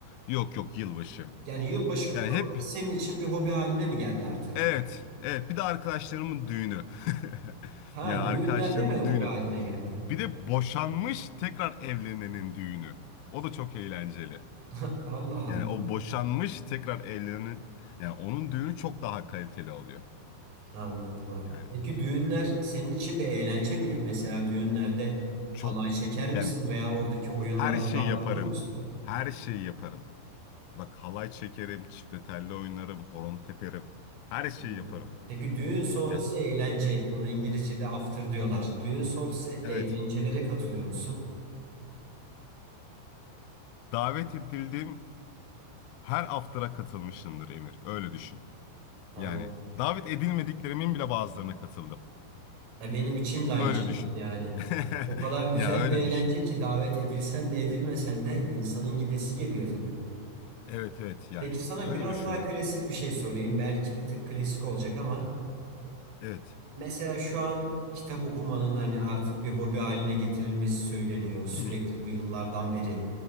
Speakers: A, on the left; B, on the right.
A: Yok yok yılbaşı.
B: Yani yılbaşı kutlamaları
A: Yani hep
B: senin için bir hobi haline mi geldi artık?
A: evet evet bir de arkadaşlarımın düğünü. <laughs>
B: Ha,
A: Ya arkadaşlarımın
B: düğünler değil mi hobi
A: düğünü.
B: haline geldi?
A: Bir de boşanmış tekrar evlenenin düğünü. O da çok eğlenceli.
B: <laughs> Allah Allah.
A: Yani o boşanmış tekrar evlenenin yani onun düğünü çok daha kaliteli oluyor.
B: Anladım abi.
A: Yani
B: Peki düğünler senin için bir eğlence mi? Mesela düğünlerde
A: çok.
B: halay çeker misin
A: Yani
B: veya oradaki oyunlara
A: her şeyi
B: adapte
A: yaparım.
B: olur musun?
A: Her şeyi yaparım. Bak halay çekerim, çifte telli oynarım, horon teperim. Her şeyi
B: Anladım.
A: yaparım.
B: Peki düğün sonrası
A: Yani
B: eğlence. Buna İngilizce'de after diyorlar. Düğün sonrası eğlencelere
A: evet.
B: katılıyor musun?
A: Davet edildim. her after'a katılmışımdır Emir. Öyle düşün.
B: Anladım.
A: Yani davet edilmediklerimin bile bazılarına katıldım.
B: E benim için de aynı
A: Öyle
B: şekilde
A: düşün.
B: yani.
A: <laughs>
B: O kadar güzel
A: Ya öyle
B: bir eğlence
A: düşün.
B: ki davet edilsen de edilmesen de
A: <clears throat> Hı.
B: insanın gidesi geliyor tabii.
A: Evet evet yani
B: Peki sana
A: öyle
B: biraz
A: düşünür.
B: daha klasik bir şey sorayım. Belki bir tık klasik olacak ama.
A: Evet.
B: Mesela şu an kitap okumanın hani artık bir hobi haline
A: <clears throat> Hı.
B: getirilmesi söyleniyor sürekli
A: Hı.
B: bu yıllardan beri.